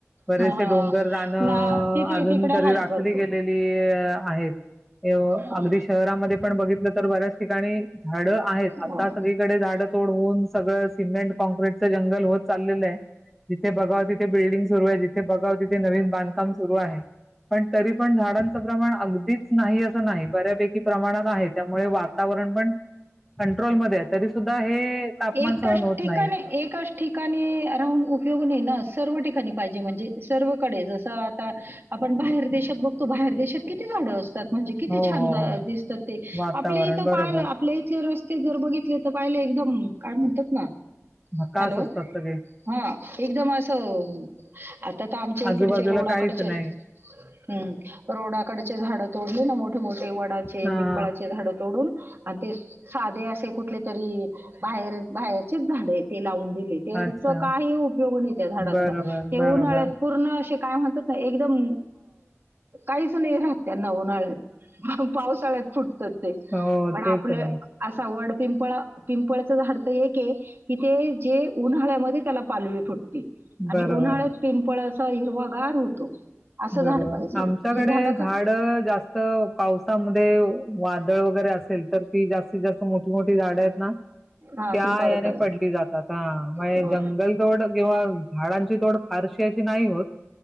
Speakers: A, in the centre; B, on the right.
A: बरेचसे
B: हां, हां.
A: डोंगर रानं
B: ना तिथे
A: अजून
B: तिकडे
A: तरी
B: आहेत
A: राखली
B: भरपूर.
A: गेलेली आहेत.
B: हां,
A: अगदी शहरामध्ये पण बघितलं तर बऱ्याच ठिकाणी झाडं आहेत. आता
B: हां.
A: सगळीकडे झाड सगळं सिमेंट कॉन्क्रीटचं जंगल होत चाललेलं आहे. जिथे बघावा तिथे बिल्डिंग सुरू बा तिथे नवीन बांधकाम सुरू आहे. पण तरी पण झाडांच प्रमाण अगदीच नाही. अस नाही बऱ्यापैकी प्रमाणात आहे. त्यामुळे वातावरण पण कंट्रोलमध्ये तरी सुद्धा हे तापमान
B: एकाच
A: सहन होत
B: ठिकाणी
A: नाही.
B: एकाच ठिकाणी राहून उपयोग नाही ना सर्व ठिकाणी पाहिजे म्हणजे सर्वकडे जस आता आपण बाहेर देशात बघतो बाहेर देशात किती झाड असत. म्हणजे किती
A: हो, हो,
B: छान
A: हो.
B: दिसतात. ते
A: वातावरण
B: आपल्या इथं
A: बरोबर.
B: पालं आपल्या इथे रस्त ते जर बघितले तर पहिले एकदम काय म्हणतात ना
A: ह काच
B: हॅलो?
A: असतात सगळे
B: हां, एकदम असं आता तर आमच्या इकडचे
A: आजूबाजूला
B: रोडाकडचे
A: काहीच नाही.
B: हम् रोडाकडचे झाड तोडले. ना मोठे मोठे वडाचे
A: हां,
B: पिंपळाचे झाड तोडून आणि ते साधे असे कुठले तरी बाहेर बाहेरचेच झाडे आहे. ते लावून दिली त्याचा
A: अच्छा.
B: काही उपयोग नाही. त्या झाडांचा
A: बरोबर,
B: ते उन्हाळ्यात
A: बरोबर.
B: पूर्ण काय एकदम काही इथं नाही राहत त्यांना उन्हाळ्यात. पावसाळ्यात फुटत ते
A: हो,
B: पण आपले
A: तेच ना.
B: असा वड पिंपळा पिंपळचं झाड तर एक हे की ते जे उन्हाळ्यामध्ये त्याला पालवी फुटते. आणि
A: बरोबर,
B: उन्हाळ्यात पिंपळ हिरवा गार होतो. असं
A: बरोबर.
B: झाड पाहिजे
A: आमच्याकडे
B: हे
A: झाड
B: का
A: जास्त पावसामध्ये वादळ वगैरे असेल तर की जास्तीत जास्त. मोठी मोठी झाड आहेत ना
B: हा
A: त्या
B: ते पडतात
A: याने पडली जातात हा.
B: हो.
A: जंगल तोड किंवा झाडांची तोड फारशी अशी नाही होत.